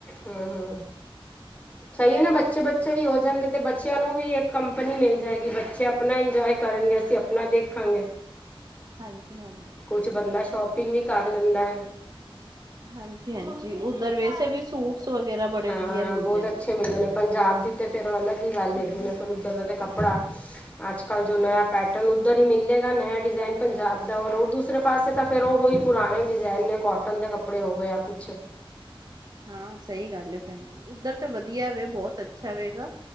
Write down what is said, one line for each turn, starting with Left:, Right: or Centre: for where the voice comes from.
Left: ਹਾਂ-ਹਾਂ ਸਹੀ ਹੈ ਨਾ ਬੱਚੇ-ਬੱਚੇ ਵੀ ਹੋ ਜਾਣਗੇ ਤੇ ਬੱਚਿਆਂ ਨੂੰ ਵੀ ਇੱਕ ਕੰਪਨੀ ਮਿਲ ਜਾਏਗੀ ਬਈ ਬੱਚੇ ਆਪਣਾ ਇੰਜੋਏ ਕਰਨਗੇ ਅਸੀਂ ਆਪਣਾ ਦੇਖਾਂਗੇ
Right: ਹਾਂਜੀ-ਹਾਂਜੀ
Left: ਕੁਛ ਬੰਦਾ ਸ਼ੋਪਿੰਗ ਵੀ ਕਰ ਲੈਂਦਾ
Right: ਹਾਂਜੀ ਹਾਂਜੀ ਉੱਧਰ ਵੈਸੇ ਵੀ ਸੂਟਸ ਵਗੈਰਾ ਬੜੇ
Left: ਹਾਂ
Right: ਵਧੀਆ ਮਿਲਦੇ
Left: ਬਹੁਤ
Right: ਨੇ
Left: ਅੱਛੇ ਮਿਲਦੇ ਨੇ ਪੰਜਾਬ ਦੀ ਤੇ ਫਿਰ ਅਲੱਗ ਹੀ ਗੱਲ
Right: ਹਮ
Left: ਹੈਗੀ ਨਾ ਫਿਰ
Right: ਹਮ
Left: ਉੱਧਰ ਦਾ ਤੇ ਕੱਪੜਾ
Right: ਹਾਂਜੀ
Left: ਅੱਜ ਕੱਲ ਜੋ ਨਆ ਪੈਟਰਨ ਉੱਧਰ ਹੀ ਮਿਲੇਗਾ ਨਆ ਡਿਜ਼ਾਇਨ ਪੰਜਾਬ ਦਾ ਔਰ ਦੂਸਰੇ ਪਾਸੇ ਤਾਂ ਫਿਰ ਉਹ ਹੀ ਪੁਰਾਣੇ ਡਿਜ਼ਾਇਨ ਨੇ ਕੋਟਨ ਦੇ ਕੱਪੜੇ ਹੋ ਗਏ ਆ ਕੁਛ
Right: ਹਾਂ ਸਹੀ ਗੱਲ ਹੈ ਭੈਣ ਜੀ ਉੱਧਰ ਤਾਂ ਵਧੀਆ ਵੇ ਬਹੁਤ ਅੱਛਾ ਰਵੇਗਾ